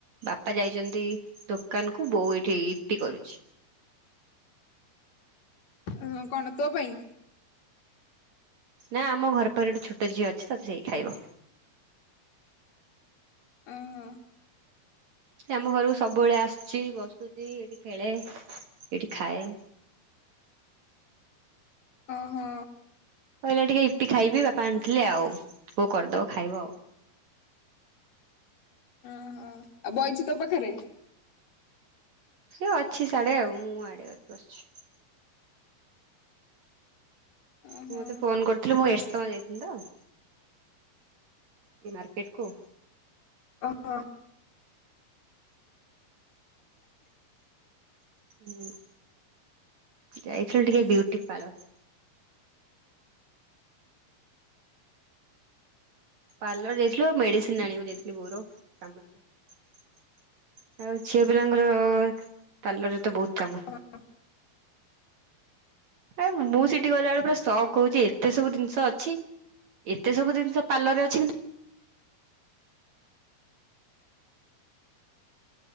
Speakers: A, on the right (about 55°); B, on the left (about 60°).
A: ବାପା ଯାଇଛନ୍ତି ଦୋକାନ କୁ ବୋଉ ଏଇଠି ଇପି କରୁଛି।
B: ହଁ କଣ ତୋ ପାଇଁ?
A: ନା ଆମ ଘର ପାଖରେ ଗୋଟେ ଛୋଟ ଝିଅ ଅଛି ତ ସେଇ ଖାଇବ।
B: ଓହୋ
A: ସେ ଆମ ଘରକୁ ସବୁବେଳେ ଆସୁଛି ବସୁଛି ଏଇଠି ଖେଳେ ଏଇଠି ଖାଏ।
B: ଓ ହୋ।
A: କହିଲା ଟିକେ ଇପି ଖାଇବି ବାପା ଆଣିଥିଲେ ଆଉ ବୋଉ କରିଦବ ଖାଇବ ଆଉ।
B: ଓହୋ ଆଉ ବଇଛି ତୋ ପାଖରେ?
A: ସେ ଅଛି ସାଆଡେ ଆଉ ମୁଁ ଆଡେ ବସିଛି।
B: ଓହୋ
A: ମୁଁ ମତେ ଫୋନ କରିଥିଲି ମୁଁ ଏରସମା ଯାଇଥିଲି ତ। ଟିକେ ମାର୍କେଟକୁ
B: ଓ ହୋ।
A: ହୁଁ ଯାଇଥିଲୁ ଟିକେ ବିୟୁଟିକ ପାର୍ଲର। ପାର୍ଲର ଯାଇଥିଲୁ ଆଉ ମେଡିସିନ ଆଣିବକୁ ଯାଇଥିଲି ବୋଉ ର କାମଥିଲା। ଆଉ ଝିଅ ପିଲାଙ୍କର ପାଲରରେ ତ ବହୁତ କାମ।
B: ଆଉ
A: ଆ ମୁଁ ସେଠି ଗଲାବେଳୁ ପୁରା ଶକ୍ ହଉଛି ଏତେ ସବୁ ଜିନିଷ ଅଛି। ଏତେ ସବୁ ଜିନିଷ ପାର୍ଲରରେ ଅଛି କିନ୍ତୁ